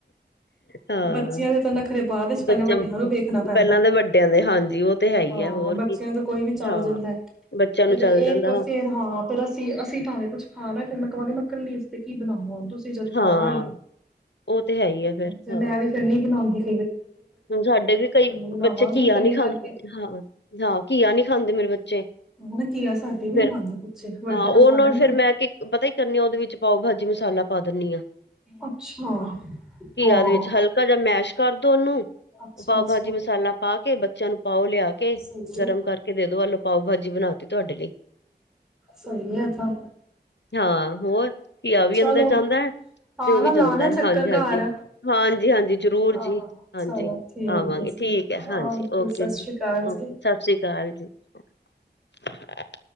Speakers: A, on the left; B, in the centre.
A: ਹਾਂ
B: ਬੱਚਿਆਂ ਦੇ ਤਾਂ ਨਾਖਰੇ ਬਾਅਦ ਚ ਪਹਿਲੇ
A: ਬੱਚਾ
B: ਵਾਡੀਆ ਨੂ ਵੇਖਨਾ ਪੈਂਦਾ।
A: ਪਹਿਲਾਂ ਦੇ ਵੱਡਿਆਂ ਦੇ ਹਾਂਜੀ ਉਹ ਤੇ ਹੈ ਹੀ
B: ਹਾਂ
A: ਹੈ ਹੋਰ
B: ਬੱਚਿਆਂ
A: ਕੀ
B: ਤੋਂ ਕੋਈ ਵੀ ਚਲਾ
A: ਹਾਂ
B: ਜਾਂਦਾ। ਫਿਰ
A: ਬੱਚਿਆਂ ਨੂੰ ਚੱਲ
B: ਇਕ
A: ਜਾਂਦਾ
B: ਸਿਰ ਹਾਂ ਫਿਰ ਅਸੀਂ-ਅਸੀਂ ਭਾਵੇਂ ਕੁਛ ਖਾਨਾ ਮੈਕਰੋਨੀ ਮੈਂ ਕੱਲੀ ਆਸਤੇ ਕਿ ਬਣਾਵਾ ਹੁਨ। ਤੁਸੀਂ ਜੱਦ
A: ਹਾਂ
B: ਖਾਨਾ ਈ,
A: ਉਹ ਤੇ ਹੈ ਹੀ ਹੈ
B: ਫੇਰ
A: ਹਾਂ
B: ਮੈ ਵੀ ਨੀ ਬਣਾਉਦੀ।
A: ਹੁਣ ਸਾਡੇ ਵੀ ਕਈ
B: ਬਣਾਵਾਂਗੀ
A: ਬੱਚੇ ਘੀਆ
B: ਨੀ ਕੱਲੀ
A: ਨਹੀਂ ਖਾਂਦੇ
B: ਕਰਕੇ
A: ਹਾਂ ਹਾਂ ਘੀਆ ਨਹੀਂ ਖਾਂਦੇ ਮੇਰੇ ਬ ਜੇ
B: ਨਾ ਘੀਆ ਸਾਡੇ ਵੀ
A: ਫੇਰ
B: ਨੀ ਖਾਂਦੇ ਬੱਚੇ ਵੱਡੇ
A: ਹਾਂ ਉਹਨੂੰ
B: ਤਾਂ ਖਾ ਲੈਂਦੇ
A: ਫਿਰ ਮੈਂ ਪਤਾ ਕੀ ਆ ਕਰਨੀ ਉਹਦੇ ਵਿੱਚ ਪਾਊ ਭਾਜੀ ਮਸਾਲ ਪਾ ਦਿੰਨੀ ਆ,
B: ਅੱਛਾ।
A: ਘੀਆ
B: ਹਾਂ।
A: ਦੇ ਵਿੱਚ ਹਲਕਾ ਜਿਹਾ ਮੈਸ਼ ਕਰ ਦੋ ਉਨੂ।
B: ਅੱਛਾ-ਅੱਛਾ,
A: ਪਾਓ ਭਾਜੀ ਮਸਾਲਾ ਪਾ ਕੇ ਬੱਚਿਆਂ ਨੂੰ ਪਾਓ ਲਿਆ ਕੇ
B: ਸਹੀ
A: ਗਰਮ
B: ਹੈ।
A: ਕਰਕੇ ਦੇ ਦੋ ਐਲੋ ਪਾਓ ਭਾਜੀ ਬਣਾ ਤੀ ਤੁਹਾਡੇ ਲਈ
B: ਸਹੀ ਹੈ ਤਾਂ,
A: ਹਾਂ ਹੋਰ। ਘੀਆ ਵੀ
B: ਚਲੋ
A: ਅੰਦਰ ਜਾਂਦਾ
B: ਹਾਂ
A: ਤੇ ਉਹ
B: ਨਾ
A: ਵੀ
B: ਲਾਣਾ
A: ਜਾਂਦਾ
B: ਚੱਕਰ
A: ਹਾਂਜੀ-ਹਾਂਜੀ,
B: ਘਰ।
A: ਹਾਂਜੀ-ਹਾਂਜੀ ਜਰੂਰ
B: ਆਹ
A: ਜੀ।
B: ਚਲੋ ਠੀਕ
A: ਆਵਾਂਗੇ
B: ਹੈ ਜੀ,
A: ਠੀਕ ਹ ਹਾਂਜੀ ਓਕੇ
B: ਸਤਿ
A: ਜੀ
B: ਸ੍ਰੀ ਅਕਾਲ
A: ਓਕੇ
B: ਜੀ।
A: ਸਸ ਸ੍ਰੀ ਕਾਲ ਜੀ। ਕੋਈ ਆਵਾਜ਼ ਨਹੀਂ